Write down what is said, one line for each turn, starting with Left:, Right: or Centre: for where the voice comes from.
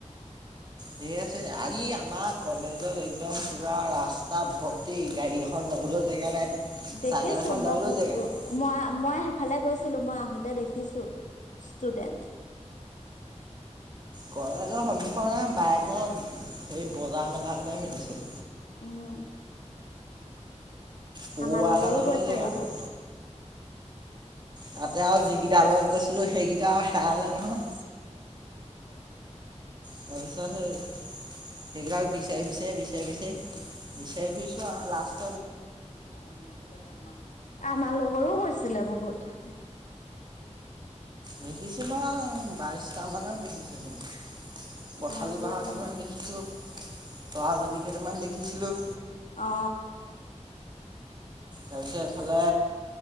Left: <inaudible>
Right: ধেৰ আছে আজি আমাৰ কলেজত একদম পুৰা ৰাস্তা ভৰ্তি গাড়ী এখন যাবলৈ জেগা নাই।
Left: দেখিছো
Right: চাইকেল এখন
Left: মই
Right: যাবলৈ
Left: ভোকপুৰ
Right: জেগা নাই
Left: মই-মই ফালে গৈছিলোঁ, মই আহোতে দেখিছো ষ্টুডেন্ট।
Right: কলেজৰ সন্মুখৰ বাইকৰ এই বজাৰ মেলা বিলাক মিলিছে।
Left: উম।
Right: পৰুৱা
Left: আমাৰ লগৰো
Right: এটা যাবলৈ
Left: গৈছে
Right: জেগা
Left: বহুত।
Right: নাই তাতে আৰু যিকিটা লগত গৈছিলোঁ সেইকেইটা অ আৰু হেৰালে নহয়।
Left: <unintelligible>
Right: তাৰপিছত সেই সেইগাল বিচাৰি-বিচাৰি-বিচাৰি-বিচাৰি-বিচাৰি ফুৰিছো আও। লাষ্ট
Left: <unintelligible> আমাৰ লগৰো গৈছিলে বহুত তাতে।
Right: দেখিছিলোঁ অ বাইছটা মানত দেখিছিলোঁ। পঠালী
Left: ভাজি
Right: পাহাৰ
Left: অকমান
Right: কেইটামান দেখিছিলো তৰাজুলি কেইটামান দেখিছিলোঁ।
Left: অ
Right: তাৰপিছত এইফালে